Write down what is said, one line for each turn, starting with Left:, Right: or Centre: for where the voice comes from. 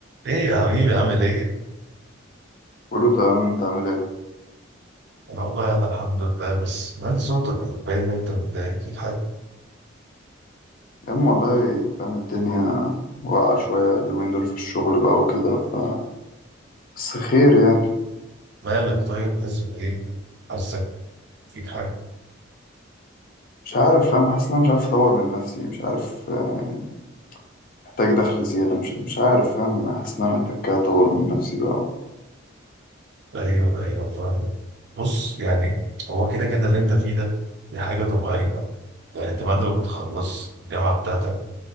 Right: ايه يا حبيبي عامل ايه؟
Left: كله تمام انت عامل ايه
Right: انا والله انا الحمد لله بس من صوتك باين ان انت متضايق فيك حاجة
Left: يا عم والله فاهم الدنيا واقعة شوية اليومين دول في الشغل بقى وكده ف بس خير يعني
Right: مالك طيب حاسس بايه؟ حاسك فيك حاجة
Left: مش عارف فاهم حاسس ان انا مش عارف اطور من نفسي مش عارف آه، محتاج دخل زيادة مش مش عارف فاهم حاسس ان انا محتاج كده اطور من نفسي بقى
Right: ايوه ايوه فاهم بص يعني هو كده كده اللي انت فيه ده دي حاجة طبيعية يعني انت بعد ما بتخلص الجامعة بتاعتك